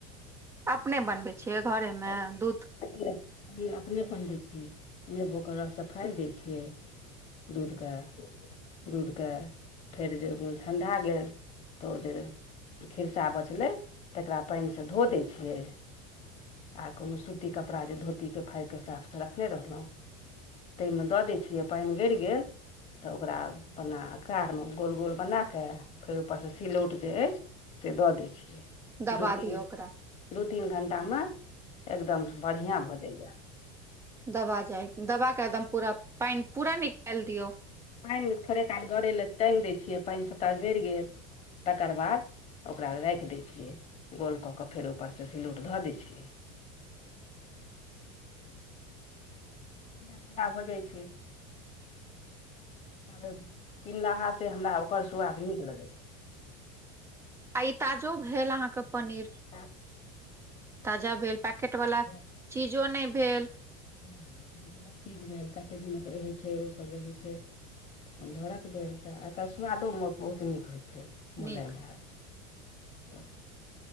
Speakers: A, on the right; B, on the left.
A: अपने बनबै छियै घरेमे
B: पनीर
A: दूध
B: अपने बनबै छियै नेबो के रस सँ फाड़ि दै छियै दूध क दूधके फेर जे ठण्ढा गेल तऽ ओ जे खिरचा बचलै तकरा पानिसँ धो दै छियै आ कोनो स सुती कपड़ा जे धोती के फाड़ के साफ से रखने रहलहु ताहिमे दऽ दै छियै पानि गरि गेल तऽ ओकरा अपना कारमे गोल गोल बना कऽ फेर ऊपरसँ सिलौट जे अछि से दऽ दैत छियै
A: दबा
B: दू तीन
A: दियौ ओकरा
B: दू तीन घण्टामे एकदम बढ़ियां भऽजइया
A: दबा जाय दवा के एकदम पूरा पानि पूरा निकालि दियौ
B: पानि थोड़े काल गरै लए टागि दै छियै पानि सभटा गड़ि गेल तकरबाद ओकरा राखि दै छियै गोल कऽ कऽ फेर ऊपरसँ सिलौट धऽ दै छियै खड़ा भ जाइ छै किनलहा से हमरा ओकर सु्वाद नीक लगै छै
A: आ ई ताजो भेल अहाँके पनीर
B: त
A: ताजा भेल पैकेट वाला
B: ब
A: चीजो नहि भेल
B: लीज भेल काते दिनक रहै छै ओसभ रहै छै घरक भेल तऽ एकर सुआदो बहुत नीक होइ छै मुलाइम
A: नीक
B: ह